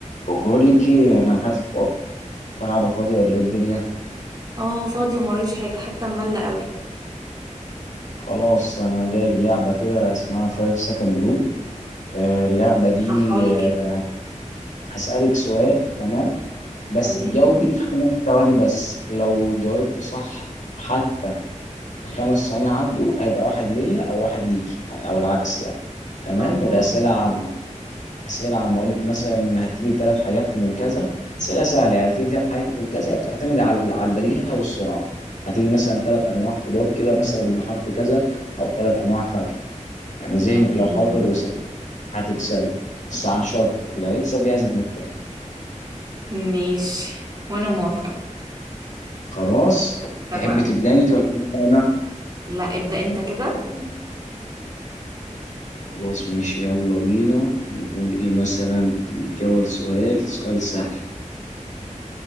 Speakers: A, on the left; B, on the right.
A: بقول لك ايه انا قاعد فاضي قاعده فاضيه ولا ايه الدنيا
B: اه فاضية مرايش حاجة حتى ملة قوي
A: خلاص انا جايب لعبه كده اسمها 5 سكند رول اللعبه دي
B: اشرحها لي
A: آه،
B: كده
A: هسالك سؤال تمام بس
B: تمام
A: تجاوبي في خمس ثواني بس لو جاوبت صح حتى خمس ثواني عدوا هيبقى واحد ليا او واحد ليكي او العكس يعني تمام
B: اه
A: والاسئله اسئله عامه اقول لك مثلا هتجيلي ثلاث حاجات من كذا اسئله سهله يعني هتجيلي ثلاث حاجات من كذا هي بتعتمد على على البديهه والسرعه هتيجي مثلا ثلاث انواع خضار كده مثلا بحرف كذا او ثلاث انواع فاكهه يعني ذهنك
B: تمام
A: لو حضر وسمع هتكسبي بس عن شرط اللي هيكسب يعزم التاني
B: ماشي وانا موافقة
A: خلاص تحب
B: اتفقنا
A: تبدا انت ولا ابدا انا
B: لا ابدأ انت كده
A: خلاص ماشي يلا بينا نقول ايه مثلا اديك اول سؤال سؤال سهل